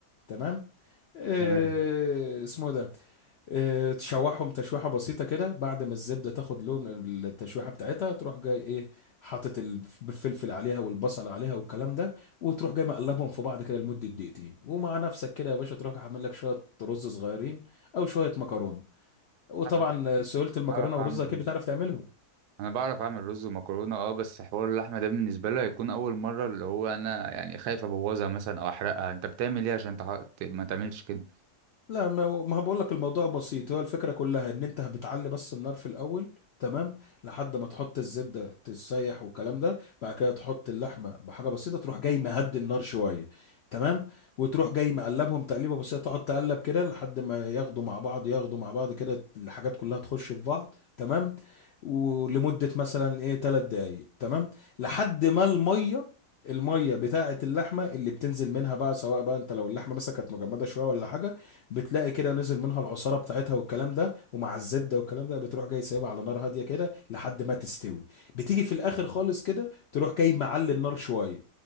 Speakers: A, on the left (about 75°); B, on the right (about 85°).
A: تمام إيه
B: تمام
A: اسمه إيه ده إيه تشوحهم تشويحه بسيطه كده بعد ما الزبده تاخد لون التشويحه بتاعتها تروح جاي ايه حاطط الف- الفلفل عليها والبصل عليها والكلام ده وتروح جاي مقلبهم في بعض كده لمده دقيقتين ومع نفسك كده يا باشا تروح جاي عامل لك شويه رز صغيرين او شويه مكرونه وطبعا
B: اعمل رز.
A: سهوله المكرونه
B: اعرف
A: والرز
B: اعمل
A: اكيد
B: رز
A: بتعرف تعملهم
B: انا بعرف اعمل رز ومكرونه اه بس حوار اللحمه ده بالنسبه لي هيكون اول مره اللي هو انا يعني خايف ابوظها مثلا او احرقها انت بتعمل ايه عشان تح... ت- ما تعملش كده
A: لا ما هو- ما بقول لك الموضوع بسيط هو الفكره كلها ان انت بتعلي بس النار في الاول تمام لحد ما تحط الزبده تسيح والكلام ده بعد كده تحط اللحمه بحاجه بسيطه تروح جاي مهدي النار شويه تمام وتروح جاي مقلبهم تقليبه بسيطه تقعد تقلب كده لحد ما ياخدوا مع بعض ياخدوا مع بعض كده الحاجات كلها تخش في بعض تمام ولمده مثلا ايه ثلاث دقائق تمام لحد ما الميه الميه بتاعه اللحمه اللي بتنزل منها بقى سواء بقى انت لو اللحمه مثلا كانت مجمده شويه ولا حاجه بتلاقي كده نزل منها العصاره بتاعتها والكلام ده ومع الزبده والكلام ده بتروح جاي سايبها على نار هاديه كده لحد ما تستوي بتيجي في الاخر خالص كده تروح جاي معلي النار شويه